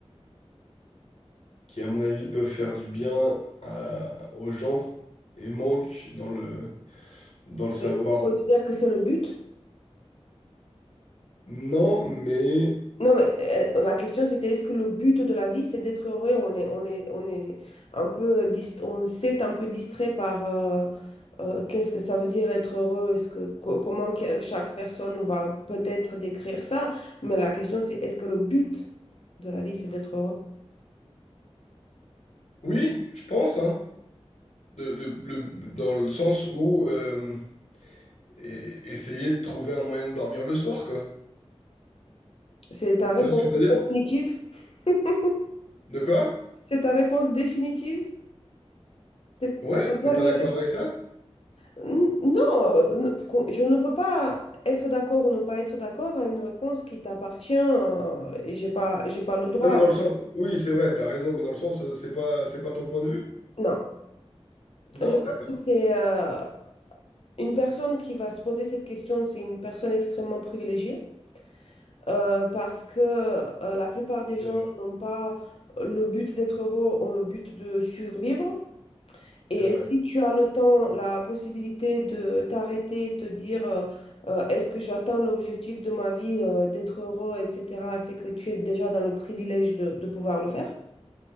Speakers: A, on the left; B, on the left.
A: qui, à mon avis, peuvent faire du bien à- aux gens et manquent dans le, dans le savoir.
B: Mais je considère que c'est le but.
A: Non, mais
B: Non, mais euh, la question c'était est-ce que le but de la vie c'est d'être heureux? On est, on est, on est un peu, euh, dist- on s'est un peu distrait par euh, euh, qu'est-ce que ça veut dire être heureux? Est-ce que, co- comment que- chaque personne va peut-être décrire ça? Mais la question c'est est-ce que le but de la vie c'est d'être heureux?
A: oui, je pense, hein, De- le- le- dans le sens où euh, e- essayer de trouver un moyen de dormir le soir, quoi.
B: C'est ta réponse
A: Tu vois ce que je veux dire?
B: définitive? <laughs>
A: De quoi?
B: C'est ta réponse définitive? C'est
A: Ouais,
B: ta dernière
A: t'es pas d'accord
B: réponse?
A: avec ça?
B: N- Non, euh, ben, qu'on- je ne peux pas être d'accord ou ne pas être d'accord à une réponse qui t'appartient euh, et j'ai pas, j'ai pas le droit.
A: Non, mais dans le sens, oui, c'est vrai, t'as raison, mais dans le sens, euh, c'est pas, c'est pas ton point de vue?
B: Non,
A: Non,
B: je pense
A: d'accord,
B: que c'est euh, une personne qui va se poser cette question, c'est une personne extrêmement privilégiée euh, parce que euh, la plupart des
A: c'est
B: gens
A: vrai,
B: n'ont pas le but d'être heureux, ont le but de survivre. Et
A: c'est vrai,
B: si tu as le temps, la possibilité de t'arrêter, te dire euh, euh, est-ce que j'atteins l'objectif de ma vie, euh, d'être heureux, etc., c'est que tu es déjà dans le privilège de, de pouvoir le faire.